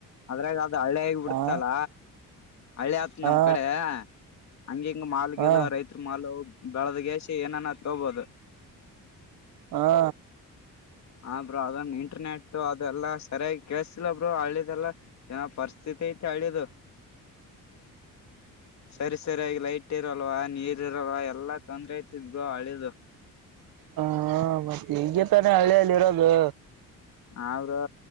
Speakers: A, on the left (about 50°); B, on the right (about 85°).
A: ಅದ್ರಾಗ ಅದು ಹಳ್ಳೇಗ್ ಬಿಡ್ತಲ್ಲ.
B: ಹಾ
A: ಹಳ್ಳಿ ಆತ
B: ಹಾ
A: ನಮ್ಮ ಕಡೆ. ಹಂಗ ಹಿಂಗ ಮಾಲಗಿಲು
B: ಹಾ
A: ರೈತರ ಮಾಲ್ ಬೆಳದಗೆಸಿ ಏನಾನ ತಗೊಬೋದು.
B: ಹಾ
A: ಹಾ ಬ್ರೋ ಅದನ್ನ ಇಂಟರ್ನೆಟ್ ಅದೆಲ್ಲಾ ಸರಿಯಾಗಿ ಕೇಸಿಲ್ಲ ಬ್ರೋ ಹಳ್ಳಿದೆಲ್ಲಾ. ಯಾವ ಪರಿಸ್ಥಿತಿ ಐಟಿ ಹಳ್ಳಿದು. ಸರಿ ಸರಿ ಆ ಲೈಟ್ ಇರಲ್ವಾ ನೀರ್ ಇರಲ್ವ ಎಲ್ಲಾ ತೊಂದ್ರೆ ಐತಿದ್ ಗೋ ಹಳ್ಳಿದು.
B: ಹಾ ಮತ್ತೆ ಈಗ ತಾನೆ ಹಳ್ಳಿಯಲ್ಲಿ ಇರೋದು.
A: ಹಾ ಬ್ರೋ